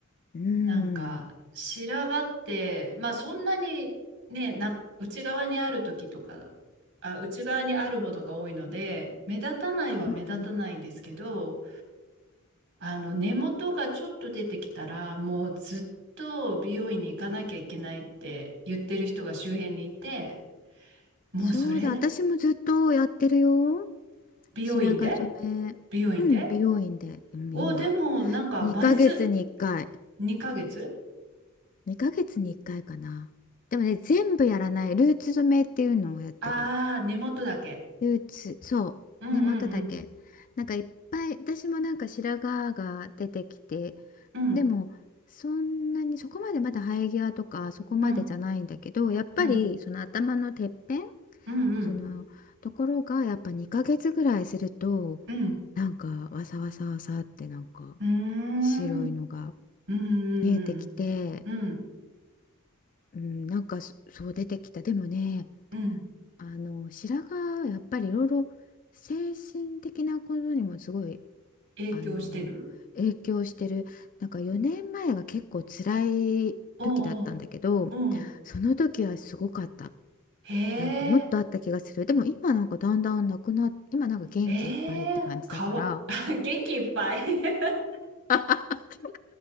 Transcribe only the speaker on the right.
なんか白髪って、まあそんなにね、な、内側にある時とか、あ、内側にあるものが多いので、目立たないは目立たないんですけど、
あの根元がちょっと出てきたら、もうずっと美容院に行かなきゃいけないって言ってる人が周辺にいて、もうそれ、
美容院で
美容院でお、でも、なんか、
毎月2ヶ月
ああー、根元だけ。
うんうんうん。
うん
うん
うんうん
うんうん。
うーん。
うんうんうん。
うん
うん
影響してる
おうおう。うん。
へ
え。ええ。かわ。<laughs> 元気いっぱい <laughs>